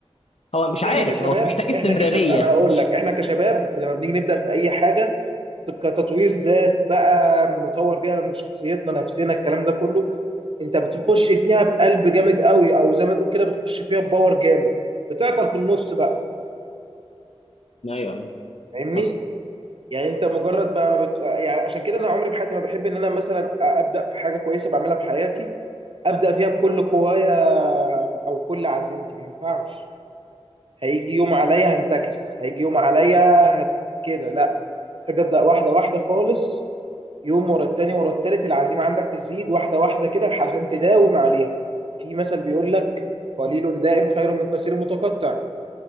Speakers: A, on the left; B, on the right.
A: هو مش
B: اصل
A: عارف
B: احنا كشباب
A: هو محتاج استمرارية
B: احنا كشباب انا هقول
A: مش
B: لك احنا كشباب لما بنيجي نبدأ في اي حاجة كتطوير ذات بقى نطور بيها من شخصيتنا نفسنا الكلام ده كله انت بتخش فيها بقلب جامد قوي او زي ما تقول كده بتخش فيها بباور جامد بتعطل في النص بقى
A: ايوه ايوه
B: فاهمني
A: حصل
B: يعني انت مجرد بقى ما بت... يعني عشان كده انا عمري في حياتي ما بحب ان انا مثلا ابدا في حاجه كويسه بعملها في حياتي ابدا فيها بكل قوايا او كل عزيمتي ما ينفعش هيجي يوم عليا هنتكس هيجي يوم عليا هت... كده لا بحب ابدا واحده واحده خالص يوم ورا التاني ورا التالت العزيمة عندك تزيد واحدة واحدة كده عشان تداوم عليها في مثل بيقول لك قليل دائم خير من كثير متقطع